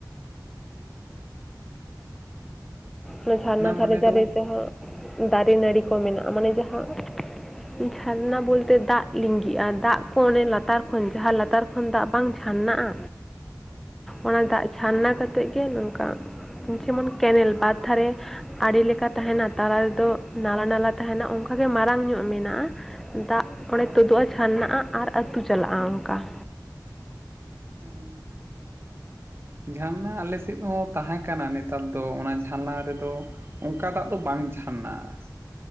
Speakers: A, in the centre; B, on the right.
A: ᱚᱱᱟ ᱡᱷᱟᱨᱱᱟ ᱫᱷᱟᱨᱮ
B: ᱢᱟᱱᱮ ᱫᱚ
A: ᱫᱷᱟᱨᱮ ᱛᱮᱦᱚᱸ ᱫᱟᱨᱮ ᱱᱟᱹᱲᱤ ᱠᱚ ᱢᱮᱱᱟᱜᱼᱟ, ᱢᱟᱱᱮ ᱡᱟᱦᱟᱸ ᱡᱷᱟᱨᱱᱟ ᱵᱚᱞᱛᱮ ᱫᱟᱜ ᱞᱤᱸᱜᱤᱜᱼᱟ ᱫᱟᱜ ᱠᱚ ᱚᱱᱮ ᱞᱟᱛᱟᱨ ᱠᱷᱚᱱ ᱡᱟᱦᱟᱸ ᱞᱟᱛᱟᱨ ᱠᱷᱚᱱ ᱫᱟᱜ ᱵᱟᱝ ᱡᱷᱟᱨᱱᱟᱜᱼᱟ?
B: <unintelligible>
A: ᱚᱱᱟ ᱫᱟᱜ ᱡᱷᱟᱨᱱᱟ ᱠᱟᱛᱮᱜ ᱜᱮ ᱱᱚᱝᱠᱟ, ᱡᱮᱢᱚᱱ ᱠᱮᱱᱮᱞ ᱵᱟᱨ ᱫᱷᱟᱨᱮ ᱟᱹᱰᱮ ᱞᱮᱠᱟ ᱛᱟᱦᱮᱱᱟ ᱛᱟᱞᱟ ᱨᱮᱫᱚ ᱱᱟᱞᱟ ᱱᱟᱞᱟ ᱛᱟᱦᱮᱱᱟ ᱚᱱᱠᱟ ᱜᱮ ᱢᱟᱨᱟᱝ ᱧᱚᱜ ᱢᱮᱱᱟᱜᱼᱟ ᱾ ᱫᱟᱜ ᱚᱸᱰᱮ ᱛᱳᱫᱳᱜᱼᱟ ᱡᱷᱟᱨᱱᱟᱜᱼᱟ ᱟᱨ ᱟᱹᱛᱩ ᱪᱟᱞᱟᱜᱼᱟ ᱚᱱᱠᱟ ᱾
B: ᱩᱸ ᱾ ᱡᱷᱟᱨᱱᱟ ᱟᱞᱮ ᱥᱮᱫ ᱦᱚᱸ ᱛᱟᱦᱮᱸ ᱠᱟᱱᱟ ᱱᱮᱛᱟᱨ ᱫᱚ ᱚᱱᱟ ᱡᱷᱟᱨᱱᱟ ᱨᱮᱫᱚ ᱚᱝᱠᱟ ᱫᱟᱜ ᱫᱚ ᱵᱟᱝ ᱡᱷᱟᱨᱱᱟᱼᱟ ᱾